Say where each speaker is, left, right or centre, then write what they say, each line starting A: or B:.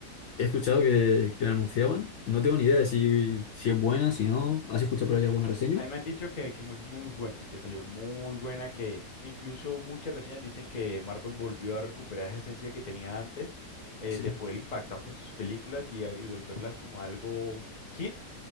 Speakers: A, on the left (about 80°); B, on the left (about 30°).
A: He escuchado que, que la anunciaban. No tengo ni idea de si, si es buena, si no. ¿Has escuchado por ahí alguna reseña?
B: A mí me han dicho que, que es muy buena, que salió muy buena, que incluso muchas reseñas dicen que Marvel volvió a recuperar esa esencia que tenía antes, eh,
A: Sí,
B: de poder impactar con sus películas y, y volverlas como algo hit.